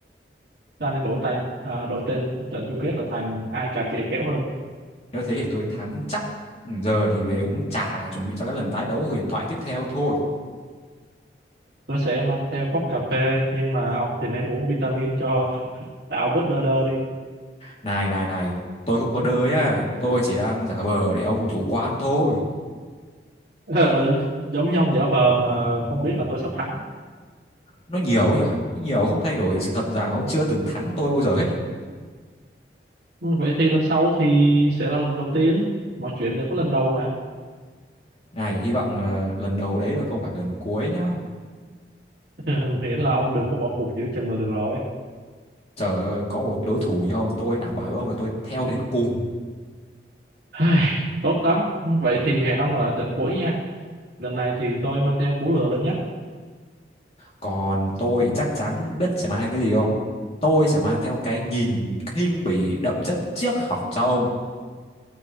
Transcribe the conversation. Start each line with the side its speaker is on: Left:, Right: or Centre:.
Right: ta nên đổi tên à, đổi tên trận chung kết là thành ai cà khịa khéo hơn
Left: nếu thế thì tôi thắng chắc Ừ, giờ thì về uống trà chuẩn bị cho cái lần tái đấu huyền thoại tiếp theo thôi
Right: tôi sẽ mang theo cốc cà phê nhưng mà ông thì nên uống vitamin cho tạo bớt đơ đơ đi
Left: này này này tôi không có đơ nhá tôi chỉ đang giả vờ để ông chủ quan thôi
Right: <laughs> ừ, ừ, giống như ông giả vờ mà không biết là tôi sắp thắng
Left: nó nhiều ấy nhở nó nhiều không thay đổi sự thật rằng ông chưa từng thắng tôi bao giờ hết á.
Right: Ừ, vậy thì lần sau thì sẽ là lần đầu tiên mọi chuyện đều có lần đầu mà
Left: này hy vọng là lần đầu đấy là không phải lần cuối nhá
Right: <laughs> miễn là ông đừng có bỏ cuộc giữa chừng là được rồi
Left: Trời ơi, có một cái đối thủ như ông, tôi đảm bảo với ông là tôi theo đến cùng.
Right: Ai, tốt lắm. Vậy thì hẹn ông ở trận cuối nha. Lần này thì tôi mang theo cú lừa lớn nhất.
Left: Còn tôi chắc chắn biết sẽ mang cái gì không? Tôi sẽ mang theo cái nhìn khinh bỉ đậm chất triết học cho ông.